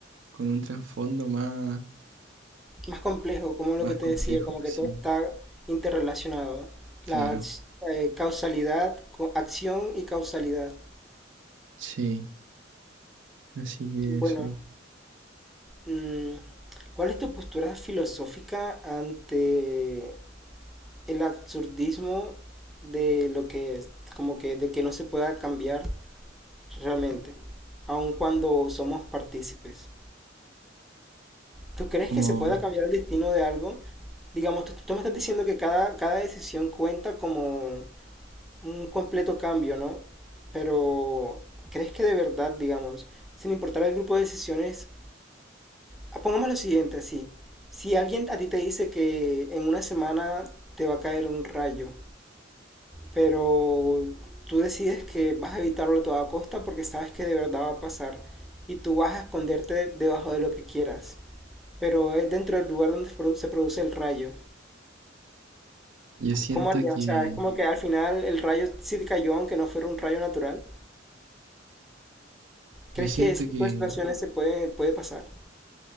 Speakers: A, on the right (about 70°); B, in the centre.
A: con un trasfondo más,
B: Más complejo, como lo
A: más
B: que te
A: complejo,
B: decía, como que
A: sí,
B: todo está interrelacionado.
A: claro,
B: La ac- eh, causalidad, co- acción y causalidad.
A: sí, así que
B: Bueno,
A: eso,
B: mm, ¿cuál es tu postura filosófica ante el absurdismo de lo que es? Como que de que no se pueda cambiar realmente, aun cuando somos partícipes. ¿Tú crees
A: como
B: que se pueda cambiar el destino de algo? Digamos, tú, tú me estás diciendo que cada, cada decisión cuenta como un completo cambio, ¿no? Pero, ¿crees que de verdad, digamos, sin importar el grupo de decisiones, ah, pongamos lo siguiente así, si alguien a ti te dice que en una semana te va a caer un rayo, pero tú decides que vas a evitarlo a toda costa porque sabes que de verdad va a pasar y tú vas a esconderte debajo de lo que quieras, pero es dentro del lugar donde se produ- se produce el rayo.
A: yo siento
B: C- ¿Cómo harías?
A: que,
B: O sea, es como que al final el rayo sí te cayó aunque no fuera un rayo natural. ¿Crees
A: yo siento
B: que ese tipo
A: que
B: de situaciones se puede, puede pasar?